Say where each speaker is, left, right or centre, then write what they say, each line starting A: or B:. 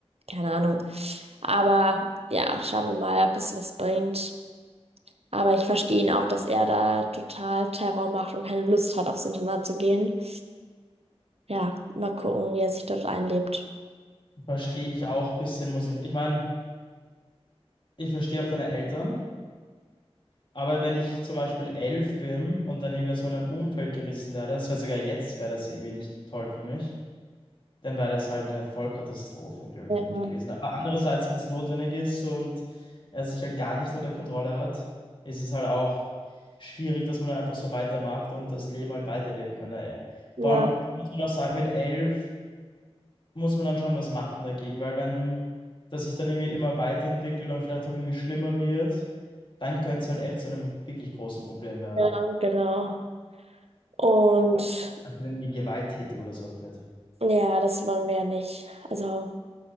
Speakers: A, on the right; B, on the left.
A: keine Ahnung. Aber ja, schauen wir mal, ob es was bringt. Aber ich verstehe ihn auch, dass er da total Terror macht und keine Lust hat, aufs Internat zu gehen. Ja, mal gucken, wie er sich dort einlebt.
B: Verstehe ich auch ein bisschen, muss ich. Ich meine, ich verstehe auch deine Eltern, aber wenn ich zum Beispiel elf bin und dann irgendwie aus meinem Umfeld gerissen werde, das wäre sogar jetzt, wäre das irgendwie nicht toll für mich. dann wäre das halt eine Vollkatastrophe, glaube
A: Ja,
B: ich, für mich gewesen. Aber andererseits, wenn es notwendig ist und er sich halt gar nicht unter Kontrolle hat, ist es halt auch schwierig, dass man dann einfach so weitermacht und das Leben halt weiterlebt. Wenn er,
A: ja,
B: vor allem muss man auch sagen, mit elf muss man dann schon was machen dagegen, weil wenn das sich dann irgendwie immer weiterentwickelt und vielleicht auch irgendwie schlimmer wird, dann könnte es halt echt zu einem wirklich großen Problem werden.
A: ja, genau. Und
B: Wenn es dann irgendwie gewalttätig oder so wird.
A: ja, das wollen wir ja nicht. Also,